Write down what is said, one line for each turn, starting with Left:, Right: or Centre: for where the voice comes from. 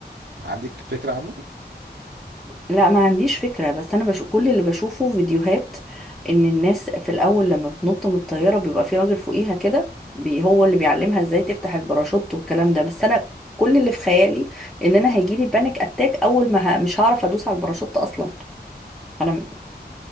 Right: عندك فكرة عنه
Centre: لا ما عنديش فكرة بس أنا بشوف كل اللي بشوفه فيديوهات إن الناس في الأول لما بتنط من الطيارة بيبقى في راجل فوقيها كده بي هو اللي بيعلمها إزاي تفتح الباراشوت والكلام ده بس أنا كل اللي في خيالي إن أنا هيجيلي بانيك أتاك أول ما ه... مش هعرف أدوس على الباراشوت أصلا أنا